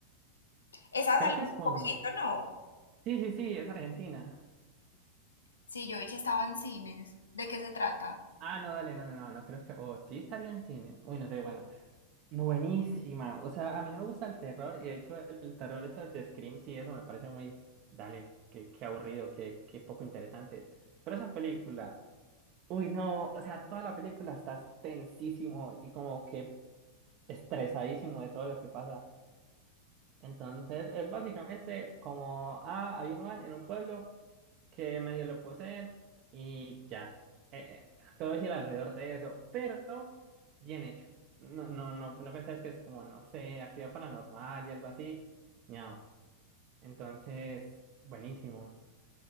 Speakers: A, on the left; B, on the right.
A: Esa
B: Creo
A: salió
B: que
A: hace
B: es cuando.
A: poquito, ¿no?
B: Sí, sí, sí, es Argentina.
A: Sí, yo vi que estaba en cines. ¿De qué se trata?
B: Ah, no, dale, no, no, no, no creo que. O sí estaría en cine. Uy, no sé, bueno. Buenísima. O sea, a mí no me gusta el terror, y de hecho, el terror eso de Scream, sí, eso me parece muy. Dale, qué, qué aburrido, qué, qué poco interesante. Pero esa película. Uy, no, o sea, toda la película estás tensísimo y como que estresadísimo de todo lo que pasa. Entonces es básicamente como, ah, hay un man en un pueblo que medio lo poseen y ya. Eh, eh, todo gira alrededor de eso, pero bien hecho. No, no, no, no pensás que es como, no sé, actividad paranormal y algo así. Ñao. Entonces, buenísimo.